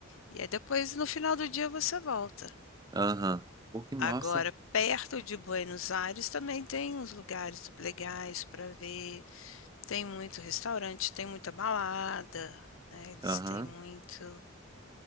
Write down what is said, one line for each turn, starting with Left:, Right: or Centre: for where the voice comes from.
Left: E aí depois no final do dia você volta.
Right: aham. Pô, que massa.
Left: Agora, perto de Buenos Aires também tem uns lugares legais para ver. Tem muito restaurante, tem muita balada, né? Eles
Right: Aham,
Left: têm muito